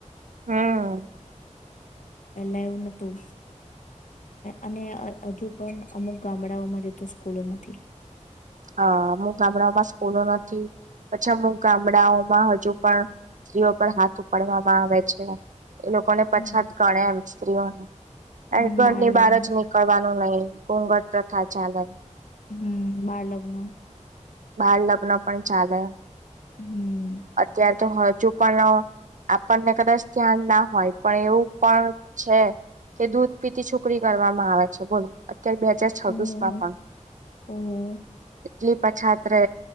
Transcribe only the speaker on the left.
પહેલા એવું નહોતું અને હ હજુ પણ અમુક ગામડાઓમાં જતો સ્કૂલો નથી
હમ
હમ
બાળ
લગ્ન
હમ બાળ લગ્ન
હમ
ઓહ
ઓહ